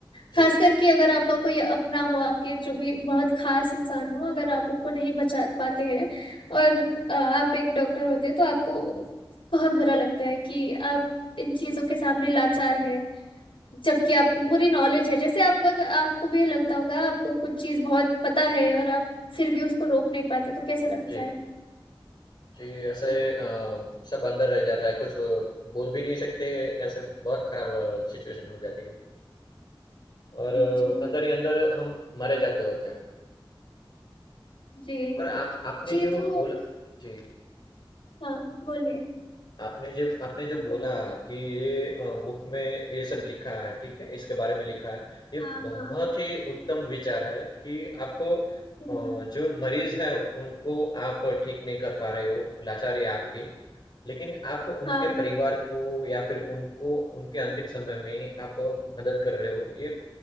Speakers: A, on the left (about 55°); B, on the left (about 70°).
A: जी,
B: खास करके अगर आपका कोई अपना हो आपके जो भी बहुत खास इंसान हो अगर आप उनको नहीं बचा पाते हैं और अ, आप एक डॉक्टर होते हैं तो आपको बहुत बुरा लगता है कि आप इन चीजों के सामने लाचार है जबकि आपको
A: जी,
B: पूरी नॉलेज है जैसे आप अगर- आपको भी लगता होगा आपको कुछ चीज बहुत पता है और आप फिर भी उसको रोक नहीं पाते तो कैसा लगता
A: जी,
B: है
A: जी, ऐसे
B: हम्म,
A: अ, सब अंदर रह जाता है, कुछ अ, बोल भी नहीं सकते, ऐसे बहुत खराब सिचुएशन हो जाती है
B: जी
A: और अ,
B: जी
A: अंदर ही अंदर हम मरे जाते होते हैं
B: जी
A: और आप आपने
B: जी
A: जो
B: तो
A: बोला जी।
B: हाँ बोलिए
A: आपने जब आपने जो
B: आप
A: बोला
B: बोलिए
A: कि ये अ, बुक में ये सब लिखा है ठीक है इसके बारे में लिखा है ये
B: हाँ
A: बहुत
B: हाँ
A: ही उत्तम विचार है कि आप अ,
B: हम्म,
A: जो मरीज है उनको आप ठीक नहीं कर पा रहे हो लाचारी है आपकी लेकिन आप उनके
B: हाँ
A: परिवार को या फिर उनको उनके अंतिम समय में आप मदद कर रहे हो ये